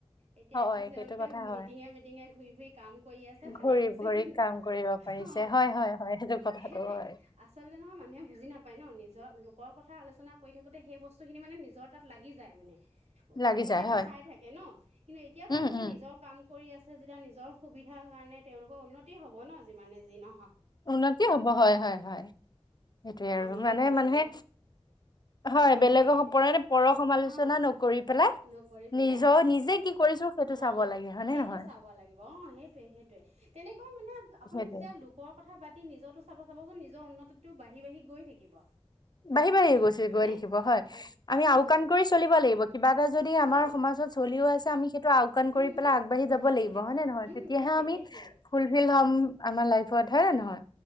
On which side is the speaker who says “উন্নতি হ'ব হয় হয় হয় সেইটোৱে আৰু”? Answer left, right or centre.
Left